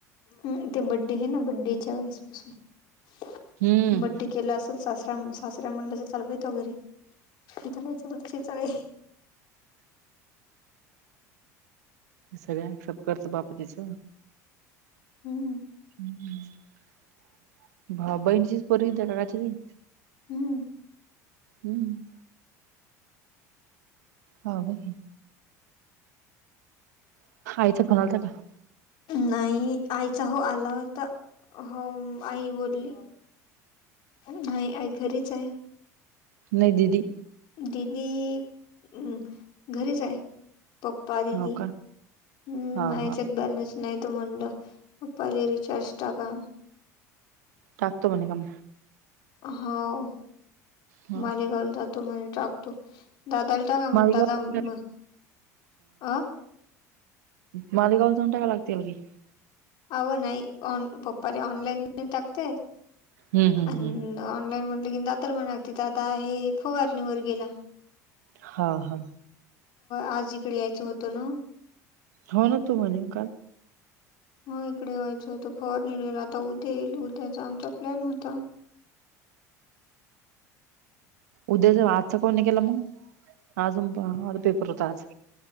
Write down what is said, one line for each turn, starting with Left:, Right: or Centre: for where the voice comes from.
Left: हम्म ते बड्डे आहे ना, बड्डेच्या वेळेस पासून.
Right: हम्म
Left: बड्डे केला अस सासरा सासरा म्हणला चल व्हय तु घरी. इथ नाही चालत अशी चाळे.
Right: सगळा हिशोब करत बाप तिच.
Left: हम्म
Right: हम्म भा बहिणीची पोरगी त्या काकाची ती.
Left: हम्मं
Right: हम्मं हं कणी आईचां फोन आलतां कां
Left: नाहीं आईचां हो आंला होतां हो आई बोलली आई आई घरीचं आहे
Right: नाहीं दिदी
Left: दिदी अं घरीच आहे पप्पां दिदी
Right: हो
Left: हम्मं
Right: का हा
Left: मां यांच्यात
Right: हा
Left: बॅलेन्स नाहीं तं म्हणलं पप्पां आले चेश टांकां
Right: टाकतो म्हणे कां
Left: होव
Right: मग
Left: मालेगांवला जातो म्हणजे टाकतो तो दादालां टांका म्हंण
Right: मालेगाव
Left: दादा मं अं
Right: मालेगांवला जाऊंन टां कायं लागतील म्हणे की
Left: अवं नाहीं ऑन पप्पां रं ऑनलाईन टाकताेत
Right: हम्म हम्म
Left: अं
Right: हम्म
Left: ऑनलाईन म्हणलं दादर म्हणांगते दादा हे फवारणीवरं गेलां
Right: हां हां
Left: आंज इकडे यायचं होतं नां
Right: हो नां तूं म्हणे कांल
Left: हं इकडे वयांचत फवारनीले आंता तेल उ त्यां यांच्या आमचा प्लॅन होतां
Right: उद्याचं वाचां आंज चां काऊणांही केलां मंग अजूंन पेपर होतां आंज